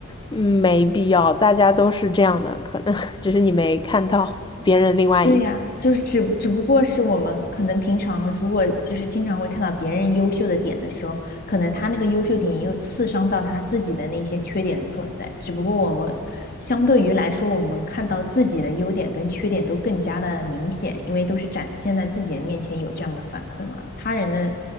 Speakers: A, on the left; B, on the left.
A: 嗯没必要，大家都是这样的，可能 <laughs> 只是你没看到别人另外一。
B: 对呀，就是只只不过是我们可能平常如果就是经常会看到别人优秀的点的时候，可能他那个优秀点也有刺伤到他自己的那些缺点所在。只不过我们相对于来说，我们看到自己的优点跟缺点都更加的明显，因为都是展现在自己的面前有这样的反馈嘛。他人的